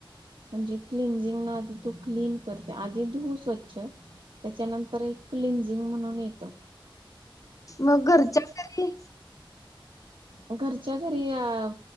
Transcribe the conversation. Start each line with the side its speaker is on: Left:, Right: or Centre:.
Right: म्हणजे क्लिनझिंग ना आधी तू क्लीन करते आधी धू स्वच्छ त्याच्यानंतर एक क्लिनझिंग म्हणून येतो
Left: मग घरच्या घरी
Right: घरच्या घरी आ